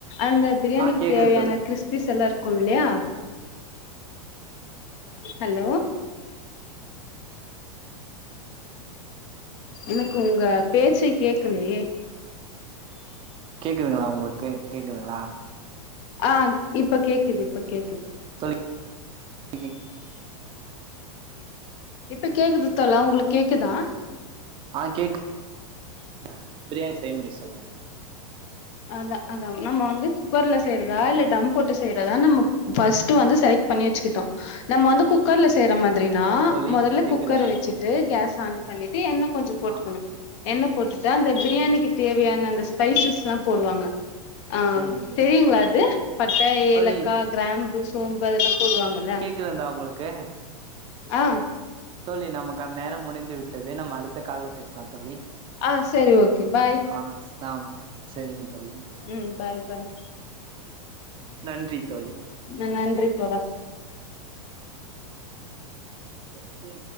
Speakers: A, on the left (about 55°); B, on the right (about 30°).
A: அந்த பிரியாணிக்கு
B: ஆ கேக்குது
A: தேவையான
B: தோழி
A: க்றிஸ் பீஸ் எல்லா இருக்கு இல்லியா ஹலோ எனக்கு உங்க பேச்சே கேக்கலயே
B: கேக்குதுங்களா உங்களுக்கு கேக்குதுங்களா
A: ஆ இப்ப கேக்குது இப்ப கேக்குது
B: தோழி <inaudible>
A: இப்ப கேக்குது தோழா உங்களுக் கேக்குதா
B: ஆ கேக் அ பிரியாணி செய்முறை சொல்லுங்க
A: அதா அதாம் நம்ம வந்து குக்கர்ல செய்றதா இல்ல டம் போட்டு செய்றதா நம்ம பஸ்ட் வந்து‌ செலக்ட் பண்ணி வச்சிக்கிட்டோ நம்ம வந்து குக் கர்ல செய்ற மாதிரினா
B: தோழி
A: மொதல்ல
B: கேக்குறதா
A: குக்கர வச்சிட்டு கேஸ் ஆன் பண்ணிட்டு எண்ண கொஞ்சோ போட்டுக்குணு
B: ஆ
A: எண்ண போட்டுட்டு அந்த பிரியாணிக்கு தேவையான அந்த ஸ்பைசஸ்லாம் போடுவாங்க ஆம்
B: சரிங்க
A: தெரியுங்ளா அது பட்ட ஏலக்கா
B: தோழி
A: கிராம்பு சோம்பு அதெல்லா போடுவாங்கல்ல
B: க்கிலந்தா அவுங்களுக்கு
A: ஆ
B: தோழி நமக்கான நேரம் முடிந்து விட்டது நம்ம அடுத்த கால்ல பேசலாந் தோழி
A: ஆ செரி ஓகே பாய்
B: ஆ சாம் சரிங்க தோழி
A: ம் பாய் பாய்
B: நன்றி தோழி
A: ந நன்றி தோழா
B: ஒகே